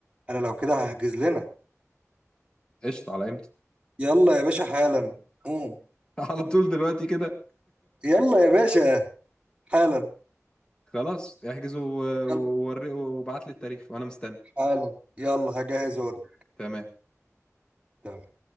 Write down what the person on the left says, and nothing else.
قشطه على امتى
<laughs> على طول دلوقتي كده
خلاص احجز و- ووري
وابعت لي التاريخ وانا مستني
تمام